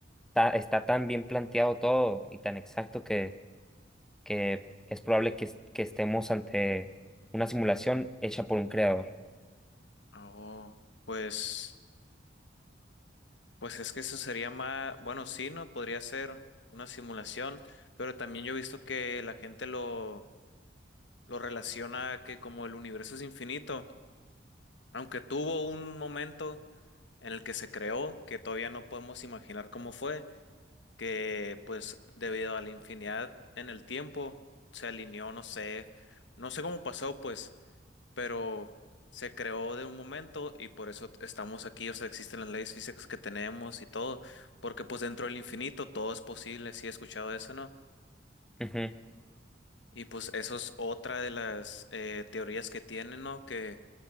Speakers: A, in the centre; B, on the left.
A: ta- está tan bien planteado todo y tan exacto que, que es probable que, es- que estemos ante una simulación hecha por un creador.
B: Oh, pues, pues es que eso sería más, bueno, sí, ¿no? Podría ser una simulación, pero también yo he visto que la gente lo, lo relaciona a que como el universo es infinito, aunque tuvo un momento en el que se creó, que todavía no podemos imaginar cómo fue que pues debido a la infinidad en el tiempo se alineó, no sé, no sé cómo pasó pues, pero se creó de un momento y por eso estamos aquí, o sea, existen las leyes físicas que tenemos y todo, porque pues dentro del infinito todo es posible, sí he escuchado eso, ¿no?
A: Ujú.
B: Y pues eso es otra de las eh, teorías que tienen, ¿no? Que